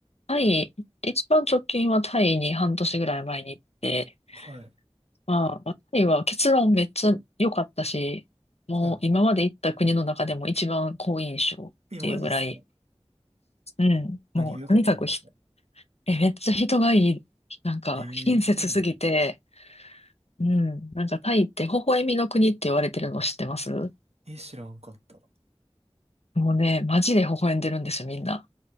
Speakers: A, on the left; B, on the right.
A: タイ、一番直近はタイに半年ぐらい前に行って、
B: はい。
A: まあ、まあタイは結論めっちゃ良かったし、もう今まで行った国の中でも一番好印象っていうぐらい、
B: はいはい。え、マジっすか
A: うん、もうとにかくひ、
B: 何が良かったんですか
A: え、めっちゃ人がいい、なんか親切すぎて、
B: ええそうなの
A: うん、なんかタイって微笑みの国って言われてるの知ってます
B: え、知らんかった。<laughs>
A: もうね、マジで微笑んでるんですよ、みんな。